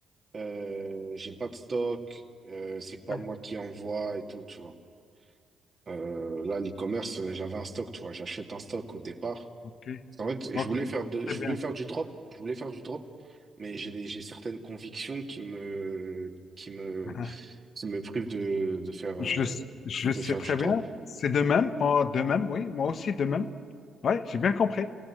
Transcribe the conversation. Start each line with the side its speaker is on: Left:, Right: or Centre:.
Right: euh, j'ai pas de stock. euh, c'est pas
Left: Ouais.
Right: moi qui envoie et tout, tu vois. Euh, là, l'e-commerce, euh, j'avais un stock, tu vois, j'achète un stock au départ.
Left: Ok,
Right: En fait,
Left: ok.
Right: je voulais faire de,
Left: Très
Right: je
Left: bien.
Right: voulais faire
Left: ça.
Right: du drop, je voulais faire du drop, mais j'ai des- j'ai certaines convictions qui me, qui me,
Left: <laughs>
Right: qui me privent de, de faire, euh,
Left: Je le, s- je le
Right: de
Left: sais
Right: faire
Left: très
Right: du drop.
Left: bien. C'est de même. Oh, de même, oui. Moi aussi, de même. Ouais, j'ai bien compris.